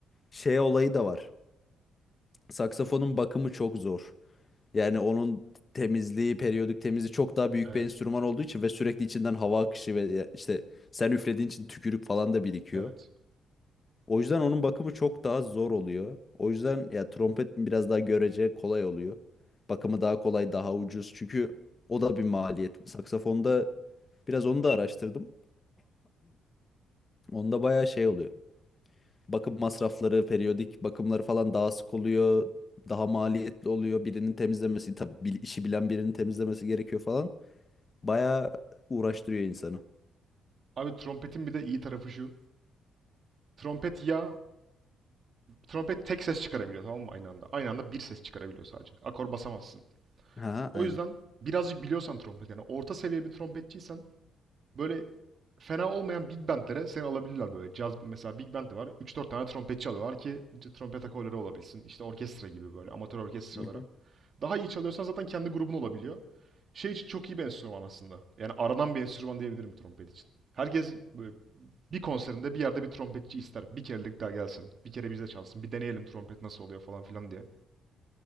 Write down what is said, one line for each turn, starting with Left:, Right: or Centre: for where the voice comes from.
Left: şey olayı da var. Saksafonun bakımı çok zor. Yani onun temizliği, periyodik temizliği çok daha büyük
Right: Evet,
Left: bir enstrüman olduğu için ve sürekli içinden hava akışı ve ya- işte sen üflediğin için tükürük falan da birikiyor.
Right: evet.
Left: O yüzden onun bakımı çok daha zor oluyor. O yüzden ya trompet biraz daha görece kolay oluyor. Bakımı daha kolay, daha ucuz. Çünkü o da bir maliyet. Saksafonda biraz onu da araştırdım. Onda bayağı şey oluyor. Bakım masrafları, periyodik bakımları falan daha sık oluyor. Daha maliyetli oluyor. Birinin temizlemesi, tabii bil- işi bilen birinin temizlemesi gerekiyor falan. Bayağı uğraştırıyor insanı.
Right: Abi trompetin bir de iyi tarafı şu. Trompet ya trompet tek ses çıkarabiliyor tamam mı aynı anda? Aynı anda bir ses çıkarabiliyor sadece. Akor basamazsın.
Left: Ha,
Right: O
Left: aynen.
Right: yüzden birazcık biliyorsan trompet yani orta seviye bir trompetçiysen böyle fena olmayan big bandlere seni alabilirler böyle. Caz mesela big band de var. üç dört tane trompetçi alıyorlar ki trompet akorları olabilsin. İşte orkestra gibi böyle amatör orkestralara.
Left: Hı hı.
Right: Daha iyi çalıyorsan zaten kendi grubun olabiliyor. şey için çok iyi bir enstrüman aslında. Yani aranan bir enstrüman diyebilirim trompet için. Herkes böyle bir konserinde bir yerde bir trompetçi ister. Bir kerelik daha gelsin. Bir kere bize çalsın. Bir deneyelim trompet nasıl oluyor falan filan diye.